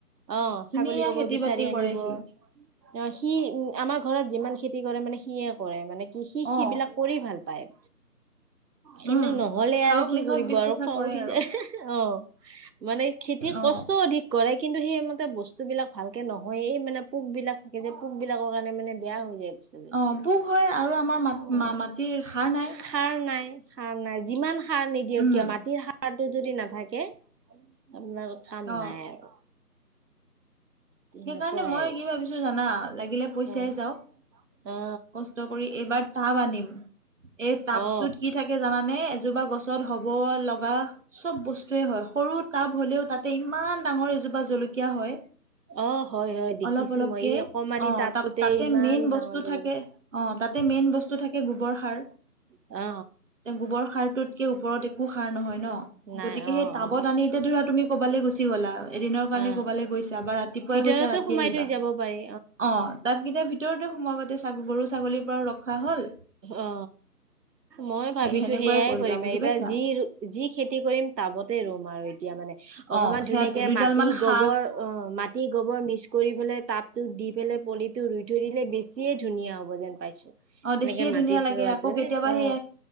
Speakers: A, on the right; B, on the right.
A: অ, ছাগলী
B: ধুনীয়া
A: কব
B: খেতি
A: বিচাৰি
B: বাতি কৰে
A: আনিব।
B: সি
A: অ সি উ আমাৰ ঘৰত যিমান খেতি কৰে মানে সিয়ে কৰে মানে, কি সি সেইবিলাক
B: অ
A: কৰি ভাল পায়। কিন্তু
B: উম
A: নহলে
B: খাওক
A: আৰু কি
B: নেখাওক
A: কৰিব
B: পিছ
A: আৰু
B: কথা
A: খং
B: কৰে
A: উঠি
B: আৰু
A: যায় অ, মানে খেতি
B: অ
A: কষ্ট অধিক কৰে কিন্তু সেইমতে বস্তুবিলাক ভালকে নহয়েই, মানে পোকবিলাক থাকে যে পোকবিলাকৰ কাৰণে মানে বেয়া হৈ যায়। বস্তুবিলাক
B: অ পোক হয় আৰু আমাৰ ম
A: উম,
B: মাটিৰ সাৰ নাই
A: সাৰ নাই সাৰ নাই যিমান সাৰ নিদিয়ক
B: উম
A: কিয় মাটিৰ সাৰ টো যদি নাথাকে আপোনাৰ কাম
B: অ
A: নাই আৰু তেনেকুৱাই
B: সেইকাৰণে মই
A: আৰু
B: কি ভাবিছো জানা লাগিলে পইচাই
A: উম,
B: যাওক
A: অ
B: কষ্ট কৰি এইবাৰ টাব আনিম, এই টাবটোত
A: অ
B: কি থাকে জানানে? এজোপা গছত হ'ব লগা চব বস্তুৱে হয়, সৰু টাব হ'লেও তাতে ইমান ডাঙৰ এজ জোপা জলকীয়া হয়।
A: অ হয় হয় দেখিছো
B: অলপ অলপকে,
A: মই এই অকমানি
B: অ
A: টাবটোতে
B: ত তাতে
A: ইমান
B: মেইন বস্তু
A: ডাঙৰ জলকীয়া
B: থাকে অ তাতে মেইন বস্তু থাকে গোবৰ সাৰ,
A: অ
B: গোব টোতকে ওপৰত একো সাৰ নহয় ন,
A: নাই
B: গতিক
A: অ
B: সেই টাবত
A: অ
B: আনি এতিয়া ধৰা তুমি ক'বালৈ গুচি গলা এদিন কাৰণে
A: অ
B: ক'বালৈ গৈছে বা ৰাতি ৰাতিপুৱাই
A: ভিতৰতো
B: গৈছা ৰাতি
A: সোমাই
B: আহিবা
A: থৈ যাব পাৰি
B: অ টাবকেইটা ভিতৰতে সোমাবা গৰু ছাগলীৰ পৰাও ৰ খা হল।
A: অ, মই ভাবিছো
B: সেনেকুৱাই
A: সেয়াই
B: কৰিবা
A: কৰিম
B: বুজি
A: এইবাৰ
B: পাইছা
A: যি যি খেতি কৰিম তাবতে ৰুম আৰু এতিয়া মানে অকণমান
B: অ সেয়াতে
A: ধুনীয়া এনেকে
B: দুইডাল
A: মাটি
B: মান শাক
A: গোবৰ অ মাটি গোবৰ মিক্স কৰি পেললে তাপতোত দি পেলাই পলিটো ৰুই থৈ দিলে বেছিয়ে ধুনীয়া হ'ব যেন পাইছো
B: অ'
A: এনেকে
B: দেখিয়ে
A: মাটিত
B: ধুনীয়া লাগে
A: ৰোৱাটো
B: আকৌ কেতিয়াবা
A: নে অ
B: সেই